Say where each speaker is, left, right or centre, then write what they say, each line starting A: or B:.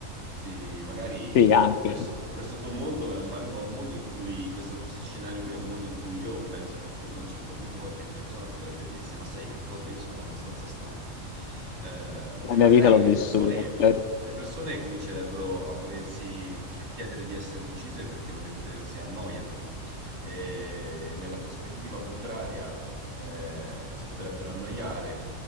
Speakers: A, on the right; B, on the left.
A: Sì, magari
B: Sì, anche
A: questo, questo tuo mondo è un, è un mondo in cui, questo, questo scenario qui è un mondo in cui io penso che forse a un certo punto qualche persona potrebbe dirsi, ma sai che cosa? Io sono abbastanza stanco. Eh,
B: la
A: e magari
B: mia vita l'ho vissuta,
A: le persone,
B: certo.
A: le persone comincerebbero a volersi, a chiedere di essere uccise perché non ne potersi annoiano. E nella prospettiva contraria, eh, si potrebbero annoiare